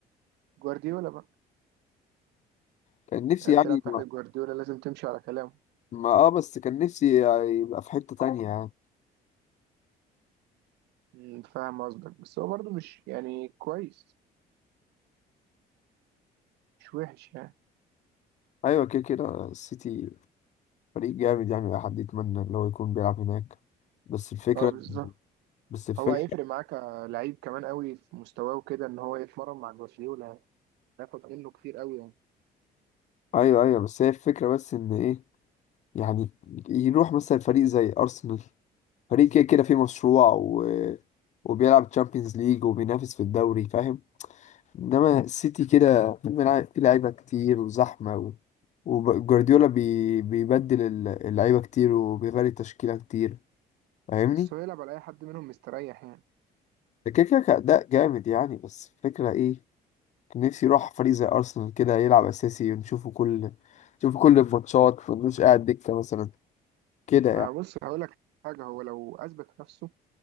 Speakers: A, on the right (about 80°); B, on the left (about 45°).
A: جوارديولا بقى
B: كان نفسي
A: يعني
B: يعني
A: بتلعب تحت
B: ما
A: جوارديولا لازم تمشي على كلامه
B: ما- اه بس كان نفسي يبقى في حتة تانية يعني
A: مم، فاهم قصدك بس هو برضه مش يعني كويس مش وحش يعني
B: ايوه كده كده السيتي فريق جامد يعني اي حد يتمنى ان هو يكون بيلعب هناك بس الفكرة
A: اه بالظبط
B: بس الفكرة
A: هو هيفرق معاه كلعيب كمان قوي في مستواه وكده ان هو يتمرن مع جوارديولا يعني هياخد منه كتير قوي يعني
B: ايوه ايوه بس هي الفكرة بس ان ايه يعني يروح مثلا فريق زي ارسنال فريق كده كده فيه مشروع و... وبيلعب تشامبيونز ليج وبينافس في الدوري فاهم انما السيتي كده في ملع- في لعيبه كتير وزحمه و... وجوارديولا بي... بيبدل ال- اللعيبه كتير وبيغير التشكيله كتير فاهمني
A: بس هو يلعب على اي حد منهم مستريح يعني
B: ده كده كده كأداء جامد يعني بس فكرة ايه كان نفسي يروح فريق زي ارسنال كده يلعب اساسي ونشوفه كل نشوفه كل الماتشات ونمش قاعد دكه مثلا كده
A: ما
B: يعني
A: بص هقول لك حاجة هو لو اثبت نفسه